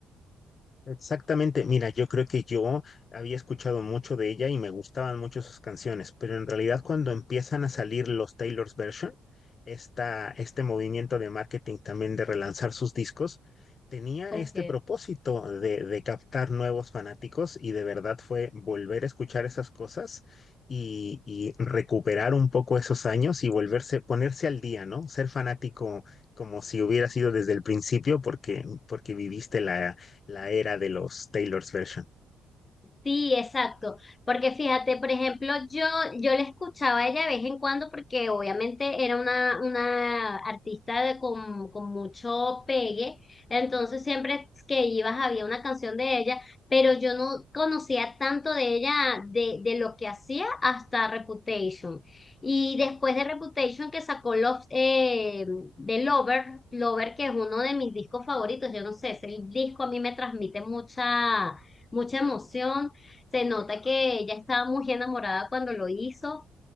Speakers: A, on the left; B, on the left.
A: Exactamente, mira, yo creo que yo había escuchado mucho de ella y me gustaban mucho sus canciones, pero en realidad cuando empiezan a salir los Taylor's Version, esta, este movimiento de marketing también de relanzar sus discos, tenía
B: Ok.
A: este propósito de, de captar nuevos fanáticos y de verdad fue volver a escuchar esas cosas y, y recuperar un poco esos años y volverse, ponerse al día, ¿no? Ser fanático como si hubiera sido desde el principio porque, porque viviste la la era de los Taylor's Version.
B: Sí, exacto. Porque fíjate, por ejemplo, yo, yo la escuchaba a ella de vez en cuando porque obviamente era una, una artista de, con, con mucho pegue. Entonces siempre que ibas había una canción de ella, pero yo no conocía tanto de ella, de, de lo que hacía hasta Reputation. Y después de Reputation que sacó Love, eh, de Lover, Lover que es uno de mis discos favoritos, yo no sé, ese disco a mí me transmite mucha mucha emoción se nota que ella estaba muy enamorada cuando lo hizo.